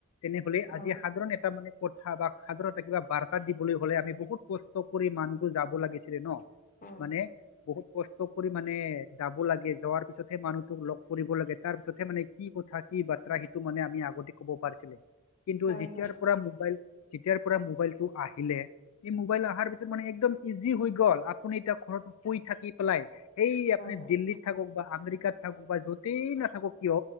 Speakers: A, on the left; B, on the left.
A: তেনেহলে আজি
B: অঁ
A: সাধাৰণ এটা মানে কথা বা সাধাৰণতে কিবা বাৰ্তা দিবলৈ হ'লে আমি বহুত কষ্ট কৰি মানুহো যাব লাগিছিলে ন।
B: হয়
A: মানে
B: হয়
A: বহুত কষ্ট কৰি মানে যাব লাগে যোৱাৰ পিছতহে মানুহটোক লগ কৰিব লাগে তাৰ পিছতহে মানে কি কথা কি বাত্ৰা সেইটো মানে আমি আগতে কব পাৰিছিলে কিন্তু
B: হয়
A: যেতিয়াৰ
B: হয়
A: পৰা মোবাইল যেতিয়াৰ পৰা মোবাইলটো আহিলে এই মোবাইল আহাৰ পিছত মানে একদম ইজি হৈ গল আপুনি এতিয়া ঘৰতো শুই থাকি পেলাই এই আপুনি
B: হয়।
A: দিল্লীত থাকক বা আমেৰিকাত থাকো বা যতেই নাথাকো কিয়